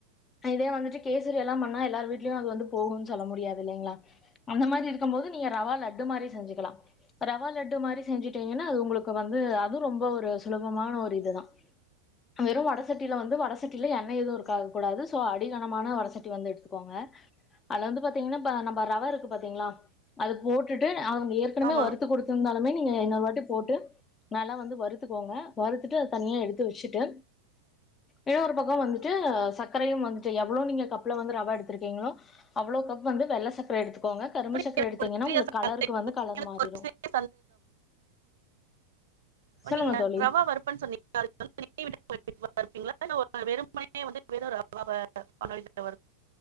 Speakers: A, on the left; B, on the right.
A: இதே வந்துட்டு கேசரி எல்லா பண்ணா எல்லாரு வீட்லயு அது வந்து போகுன் சொல்ல முடியாது இல்லைங்களா அந்த மாரி இருக்கும்போது நீங்க ரவா லட்டு மாரி செஞ்சுக்குலா அ ரவா லட்டு மாரி செஞ்சிட்டேகன்னா அது உங்குளுக்கு வந்து அதூ ரொம்ப ஒரு சுலபமான ஒரு இதுதா வெறு வடசட்டில வந்து வடசட்டில எண்ணெ எதுவு இருக்காக்கூடாது சோ அடிகனமான வடசட்டி வந்து எடுத்துகோங்க அதுல வந்து பாத்தீங்கன்னா பா நம்ப ரவ இருக்கு பாத்தீங்ளா அது போட்டுட்டு அவங்க ஏற்கனமே
B: ஆமா
A: வறுத்து குடுத்துருந்தாலுமே அ இன்னொருவாட்டி போட்டு நல்லா வந்து வருத்துக்கோங்க வருத்துட்டு அது தனியா எடுத்து வெச்சிட்டு இன்னொரு பக்கோ வந்துட்டு சக்கரையும் வந்துட்டு எவ்வளோ நீங்க கப்புல வந்து ரவ எடுத்துருக்கீங்களோ அவ்ளோ கப் வந்து வெள்ள சக்கர எடுத்துக் கோங்க கரும்பு
B: அப்புறம்
A: சக்கர
B: எனக்கு
A: எடுத்தீங்கன்னா
B: ஒரு சிறிய
A: உங்குளுக் கலருக்கு
B: சந்தேகம்
A: வந்து கலர்
B: எனக்கு
A: மாறிரூ
B: ஒரு சிறிய ப்ப
A: சொல்லுங்க
B: நீங்க
A: தோழி
B: ரவா வறுப்பன் <unintelligible> வருப்பீங்களா